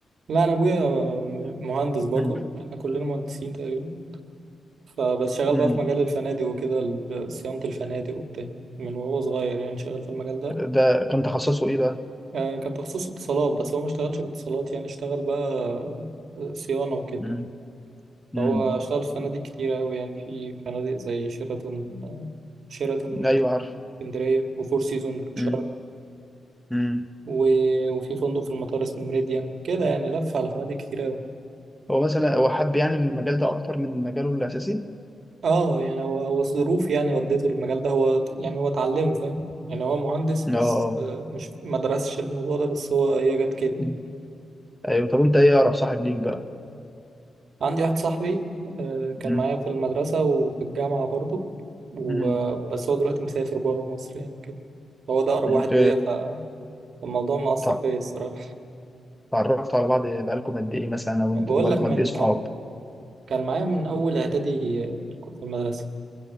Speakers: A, on the right; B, in the centre.
A: لا انا ابويا مهندس برضو
B: مم.
A: احنا كلنا مهندسين تقريبا فبس شغال
B: مم.
A: بقى في مجال الفنادق وكده ال- صيانة الفنادق وبتاع من وهو صغير يعني شغال في المجال ده
B: ده كان تخصصه ايه بقى؟
A: آه، كان تخصص اتصالات بس هو ما اشتغلش باتصالات يعني اشتغل بقى آه، صيانة وكده
B: مم. امم
A: فهو اشتغل في فنادق كتير أوي يعني في فنادق زي شيراتون آه، شيراتون منتخب
B: ايوه عارف
A: اسكندرية وفور سيزون شرم
B: امم امم
A: و- وفي فندق في المطار اسمه ميريديان كده يعني لف على فنادق كتير أوي
B: هو مثلا هو حب يعني المجال ده اكتر من مجاله الاساسي
A: اه يعني هو هو الظروف يعني ودته للمجال ده هو ت- يعني هو اتعلمه فاهم يعني هو مهندس
B: اه
A: بس
B: آه.
A: آه، مش ما درسش الموضوع ده بس هو هي جت كده
B: مم. ايوه طب انت ايه اقرب صاحب ليك بقى
A: عندي واحد صاحبي آه، كان
B: امم
A: معايا في المدرسة وفي الجامعة برضو و-
B: امم
A: بس هو دلوقتي مسافر بره مصر يعني كده هو ده أقرب
B: انت
A: واحد ليا فالموضوع مأثر
B: تع-
A: فيا الصراحة
B: اتعرفتوا على بعض بقالكم قد ايه مثلا او
A: بقول
B: انتوا بقالكم
A: لك
B: قد
A: من
B: ايه صحاب
A: كان كان معايا من أول إعدادي في الك- في المدرسة